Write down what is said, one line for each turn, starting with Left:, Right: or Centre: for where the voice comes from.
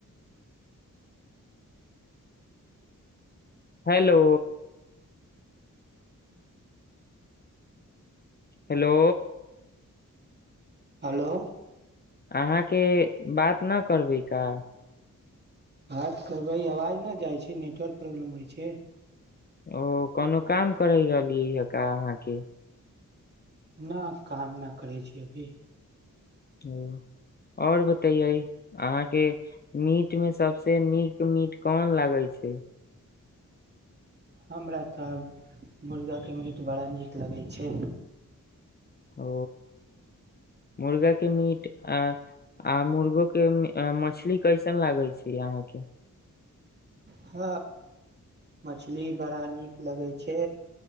Left: हेलो हेलो
Right: हलो
Left: अहाके बात ना करबै का।
Right: बात करबै आवाज नहि जाइ छै, नेटवर्क प्रॉब्लम होइ छै।
Left: ओ कोनो काम करहि रहलियैही का अहाके।
Right: नहि काम नहि करै छी अभी।
Left: ओ आओर बतैये अहाके मीट मे सब से नीक मीट कोन लागे छै।
Right: हमरा तऽ मुर्गाके मीट बड़ा नीक लगै छै।
Left: ओ मुर्गाके मीट, आ आ मुर्गोके अ मछली कैसन लागै छै अहाके।
Right: ह मछली बड़ा नीक लगै छै,